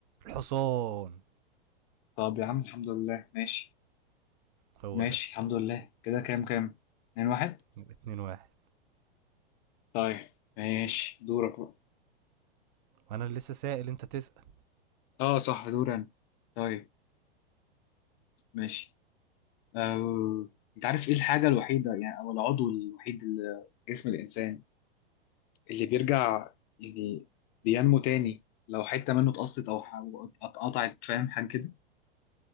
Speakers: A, on the right; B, on the left.
A: الحصان
B: طب يا عم الحمد لله ماشي
A: هو
B: ماشي
A: ده
B: الحمد لله كده كام كام اتنين واحد
A: يبقى اتنين واحد
B: طيب ماشي دورك بقى
A: وانا اللي لسه سائل انت تسأل
B: اه صح دور انا طيب ماشي أه... انت عارف ايه الحاجة الوحيدة يعني او العضو الوحيد اللي في جسم الانسان اللي بيرجع يعني بينمو تاني لو حتة منه اتقصت او ح- أو اتقطعت فاهم حاجة كده